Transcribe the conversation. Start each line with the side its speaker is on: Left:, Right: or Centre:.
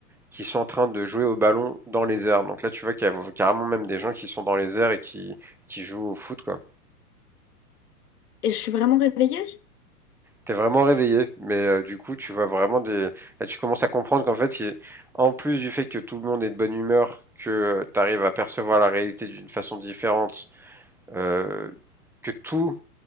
Centre: qui sont en train de jouer au ballon dans les airs. Donc là, tu vois qu'il y a carrément même des gens qui sont dans les airs et qui, qui jouent au foot, quoi.
Left: et je suis vraiment réveillée?
Centre: T'es vraiment réveillé, mais euh, du coup, tu vois vraiment des. Là, tu commences à comprendre qu'en fait, il- en plus du fait que tout le monde est de bonne humeur, que tu arrives à percevoir la réalité d'une façon différente euh, que tout,